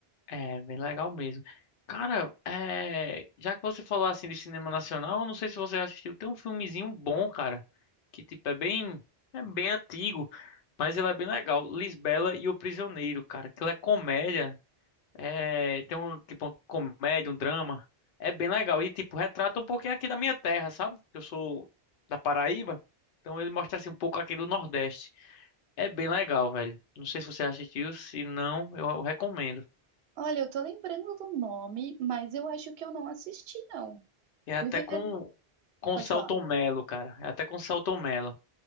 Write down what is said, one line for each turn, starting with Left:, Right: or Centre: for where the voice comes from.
Left: É, bem legal mesmo. Cara, é, já que você falou assim de cinema nacional, eu não sei se você já assistiu, tem um filmezinho bom, cara, que tipo é bem, é bem antigo, mas ele é bem legal. Lisbela e o Prisioneiro, cara, que ele é comédia, é, tem um tipo uma comédia, um drama, é bem legal e tipo retrata um pouquinho aqui da minha terra, sabe? Eu sou da Paraíba, então ele mostra assim um pouco aqui do Nordeste. É bem legal, velho. Não sei se você assistiu, se não, eu eu recomendo.
Right: Olha, eu tô lembrando do nome, mas eu acho que eu não assisti, não.
Left: E é até
Right: Me vem.
Left: com,
Right: a-
Left: com
Right: Pode
Left: o Selton
Right: falar.
Left: Mello, cara. É até com o Selton Mello.